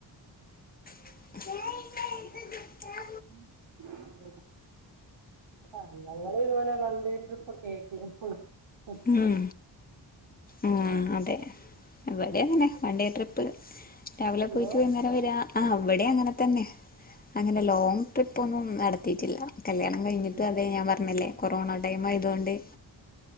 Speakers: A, on the left; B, on the right.
A: <inaudible>
B: <inaudible> <unintelligible> വൺഡെ ട്രിപ് <unintelligible>
A: ഉം ഊം അ തെ വെടെയങ്ങനെ വൺ ഡേ ട്രിപ്പ് രാവിലെ
B: ഹലോ
A: പോയിറ്റ് വൈന്നേരം വരാ ആ വെടെയങ്ങനതെന്നെ. അങ്ങന ലോംങ് ട്രിപ്പൊന്നും നടത്തീറ്റില്ല. കല്യാണം കഴിഞ്ഞിട്ടു
B: ഉം
A: അതെ ഞാ പറഞ്ഞില്ലേ കൊറോണ ടൈമായതോണ്ട്